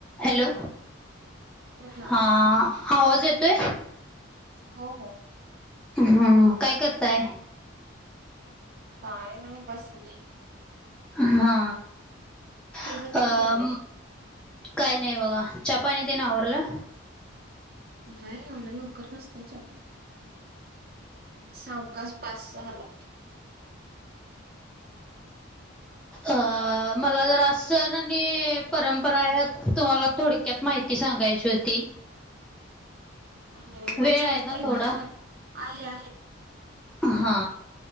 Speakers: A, in the centre; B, on the right.
A: Hello,
B: बोल ना.
A: हा. आवाज येतोय?
B: हो हो.
A: हू अ, काय करताय?
B: काय नाही बसलेय.
A: हा
B: तुझं
A: अ
B: काय चाललंय?
A: काय नाही बघा, च्या पानी तेे न आवरलं.
B: नाही, एवढं लवकर नसतय च्या पाणी, सावकास पाच सहाला.
A: अ, मला जरा अस सण आणि परंपरा यात तुम्हाला थोडक्यात माहिती सांगायची होती.
B: हो
A: वेळ
B: हो चालतय
A: आहे थोडा
B: ना, आहे आहे.
A: हा